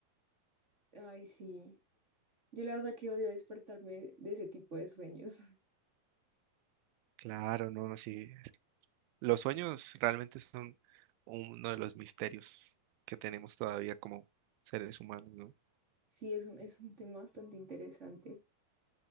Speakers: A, on the right; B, on the right.
A: ay, sí. Yo la verdad que odio despertarme de ese tipo de sueños.
B: Claro, no, así es. Los sueños realmente son uno de los misterios que tenemos todavía como seres humanos, ¿no?
A: Sí, es un, es un tema bastante interesante.